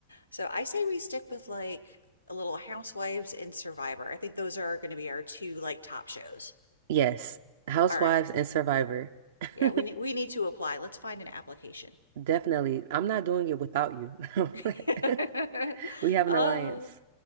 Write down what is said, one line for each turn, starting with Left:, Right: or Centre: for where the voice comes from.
Left: So I say we stick with like a little Housewives and Survivor. I think those are going to be our two like top shows.
Right: Yes, Housewives
Left: All right.
Right: and Survivor. <laughs>
Left: Yeah, we need we need to apply. Let's find an application.
Right: Definitely. I'm not doing it without you. <laughs>
Left: <laughs>
Right: Like, <laughs> we have
Left: oh,
Right: an alliance.